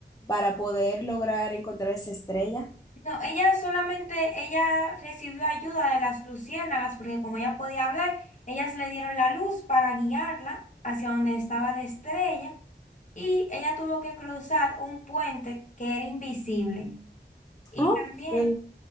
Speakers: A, on the left; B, on the left.
A: para poder lograr encontrar esa estrella?
B: No, ella solamente, ella recibió ayuda de las luciérnagas porque como ella podía hablar, ellas le dieron la luz para guiarla hacia donde estaba la estrella y ella tuvo que cruzar un puente que era invisible y
A: Ok.
B: también